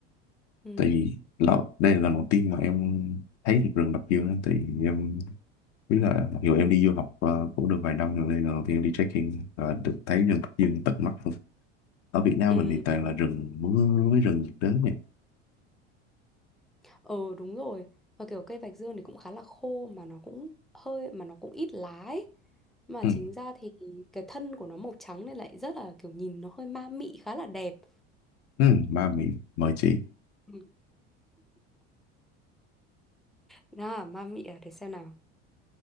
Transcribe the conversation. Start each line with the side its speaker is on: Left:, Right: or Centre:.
Centre: ừ
Left: tại vì là, đây là lần đầu tiên mà em thấy được rừng Bạch Dương á, thì em biết là mặc dù em đi du học ờ, cũng được vài năm rồi đây là lần đầu tiên em đi trekking và được thấy rừng Bạch Dương tận mắt luôn. Ở Việt Nam
Centre: ừ
Left: mình thì toàn là rừng mưa với rừng nhiệt đới nhỉ?
Centre: ờ đúng rồi và kiểu cây bạch dương thì cũng khá là khô mà nó cũng hơi mà nó cũng ít lá ấy mà
Left: Ừ,
Centre: chính ra thì cái thân của nó màu trắng nên lại rất là kiểu nhìn nó hơi ma mị khá là đẹp
Left: ừ, ba miệng mời chị.
Centre: Ừ. nào ma mị à để xem nào